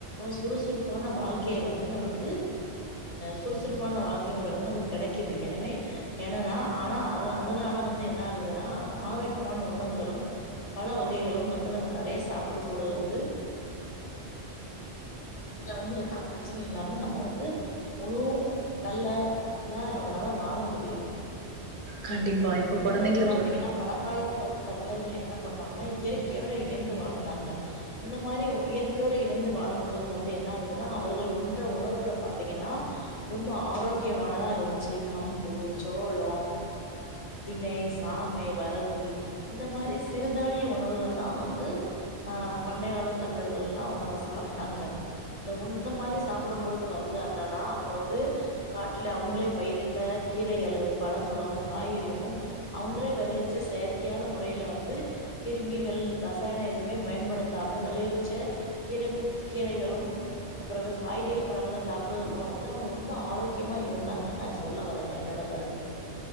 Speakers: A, on the left (about 35°); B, on the right (about 50°).
A: சுறுசுறுப்பான வாழ்க்கையை வந்து நம்மளுக்கு சுறுசுறுப்பான வாழ்க்கை முறை வந்து ந கிடைக்குது எனவே என்னன்னா ஆனா அ அதனால வந்து என்ன ஆகுதுன்னா ஆரோக்கியமான உணவுகளும் பழ வகைகளும் வந்து நம்ம நறைய சாப்பிடும் பொழுது வந்து இதுல வந்து எல்லாம் பிரச்சனையும் இல்லாம நம்ம வந்து முழு நல்ல இதா நம்மளால வாழ முடியுது
B: கண்டிப்பா இப்ப குழந்தைங்கள
A: இன்னொன்னு பாத்தீங்கன்னா
B: பொறுத்து
A: பழங்காலத்துல வந்து தமிழர்கள் என்ன பண்ணாங்கன்னா இயற்கையோட இணைந்து வாழ்ந்தாங்க இந்த மாதிரி இயற்கையோட இணைந்து வாழும் போது வந்து என்ன ஆகுதுன்னா அவர்கள் உன்ற உணவுகளை பாத்தீங்கன்னா ரொம்ப ஆரோக்கியமானதான் இருந்துச்சு கம்பு சோளோ திணை சாமை வரகு இந்த மாதிரி சிறுதானிய உணவுகள தான் வந்து ஆஹ் பண்டைய கால தமிழர்கள் எல்லாம் சாப்பட்டாங்க இந்த உ இந்த மாதிரி சாப்பிடும் பொழுது வந்து என்னன்னா அவுங்க வந்து காட்டுல அவங்களே பயிரிட்ட கீரைகளும் பழங்களும் காய்கறிகளும் அவங்களே விளைவிச்ச செயற்கையான முறையில வந்து கிருமிகள் ரசாயனம் எதுவுமே பயன்படுத்தாம விளைவிச்ச கீரை கீரைகளும் அப்புற ந்து காய்கறி பழங்கள சாப்டுவது மூலம் வந்து அவுங்க ரொம்ப ஆரோக்கியமா இருந்தாங்கன்னு நான் சொல்ல வருவேன் என்னோட கருத்து